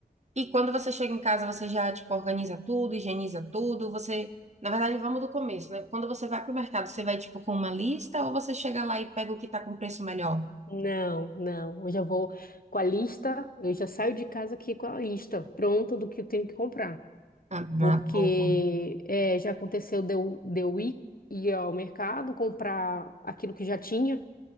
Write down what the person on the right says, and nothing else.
E quando você chega em casa, você já, tipo, organiza tudo, higieniza tudo, você... Na verdade, vamos do começo, né? Quando você vai pro mercado, você vai, tipo, com uma lista ou você chega lá e pega o que tá com preço melhor?
Ah, uma
boa.